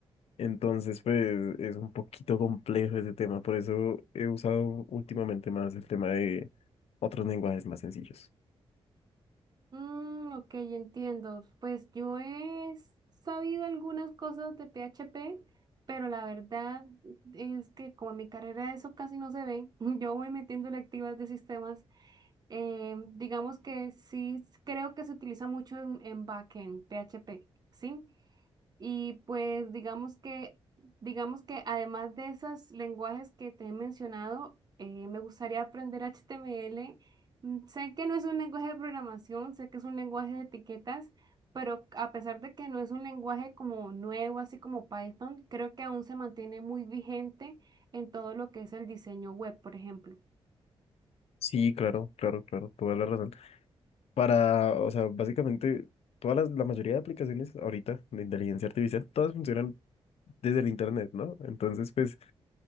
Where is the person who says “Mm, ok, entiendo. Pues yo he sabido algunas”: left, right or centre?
Right